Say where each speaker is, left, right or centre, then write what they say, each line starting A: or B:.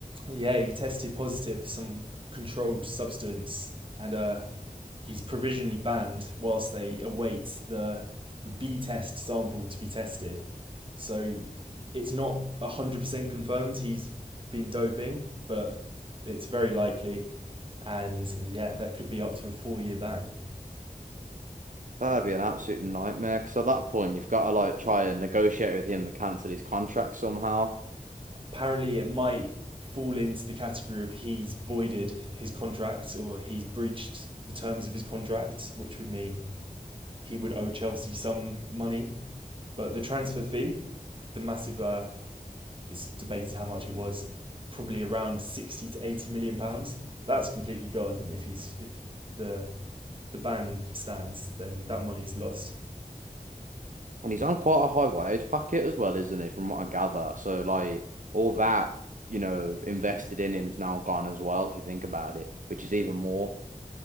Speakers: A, on the right (about 35°); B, on the right (about 60°).
A: yeah, he tested positive for some controlled substance, and uh, he's provisionally banned whilst they await the the B test sample to be tested. So it's not one hundred percent confirmed he's been doping, but it's very likely, and yeah, that could be up to a four year ban.
B: That'd be an absolute nightmare because at that point you've got to like try and negotiate with him to cancel his contract somehow.
A: Apparently, it might fall into the category of he's voided his contract or he's breached the terms of his contract, which would mean he would owe Chelsea some money. But the transfer fee, the massive, uh, is debated how much it was, probably around 60 to 80 million pounds. That's completely gone if he's if the the ban stands, then that money's lost.
B: And he's on quite a high wage packet as well, isn't he, from what I gather? So, like, all that, you know, invested in him's now gone as well, if you think about it, which is even more.